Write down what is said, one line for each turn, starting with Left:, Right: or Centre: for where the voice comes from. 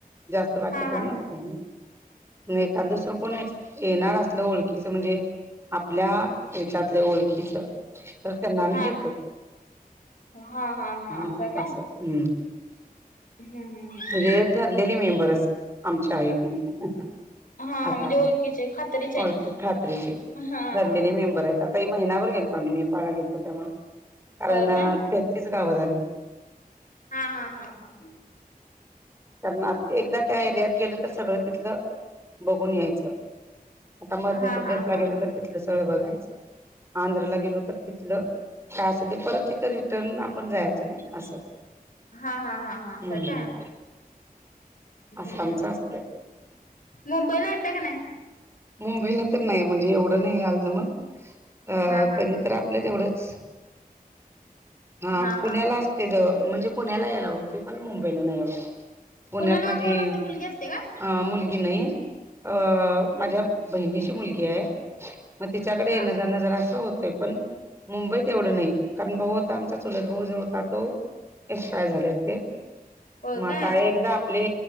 Right: जास्त बाकी
Left: हा
Right: कोण
Left: हा
Right: <unintelligible> म एखाद दुसरं कोण येणार असलं ओळखीच म्हणजे आपल्या याच्यातल्या ओळ खीचं तर त्यांना आम्ही
Left: हा
Right: घेतो
Left: हा हा हा हा
Right: हां
Left: काय
Right: असं. हम्म
Left: हम्म हम्म हम्म
Right: म्हणजे ठरले ले मेंबर <unintelligible>
Left: हा
Right: <unintelligible> आहे
Left: म्हणजे ओळखीचे खात्रीचे आहे
Right: ओळखी खात्रीचे
Left: हा
Right: ठरलेले
Left: हा हा
Right: मेंबर आहेत आता महिनाभर गेलतो आम्ही नेपाळला गेलतो तेव्हा कारण
Left: होय काय
Right: तेहतीस गावं झाली.
Left: हां हां हां हां हां.
Right: तर मग एकदा त्या एरियात गेलं तर सगळं तिथलं बघून यायचं. आता मध्य
Left: हा
Right: प्रदेशला
Left: हा हा
Right: गेलो
Left: हा
Right: तर तिथलं सगळं बघायचं आंध्राला गेलो तर तिथलं काय असल ते परत तिथं रिटर्न आपण जायचं नाही असं.
Left: हां हां हां हां असं
Right: हम्म
Left: काय? हम्म
Right: असं
Left: हम्म
Right: आमचं
Left: हम्म
Right: असत
Left: हम्म मुंबईला येताय का नाही?
Right: मुंबईला तर नाही म्हणजे एवढं नाही यायला जमत अ
Left: हा हा
Right: कधी
Left: हा
Right: तर आ पल्या तेवढंच हां
Left: हा
Right: पुण्याला
Left: हा हा
Right: असते <unintelligible> म्हणजे पुण्याला यायला होतंय पण मुंबईला नाही होत. पुण्यात
Left: पुण्याला
Right: माझी
Left: कोण असतंय मुलगी असत्या काय?
Right: अ मुलगी नाही अ माझ्या बहिणीची मुलगी आहे. मग तिच्याकडे येणं
Left: हा
Right: जाणं जरासं होतंय पण मुंबईत एवढं नाही कारण भाऊ होता आमचा चुलत भाऊ जो होता तो एक्स्पायर झालेत ते.
Left: होय
Right: म
Left: काय
Right: आता एकदा आपले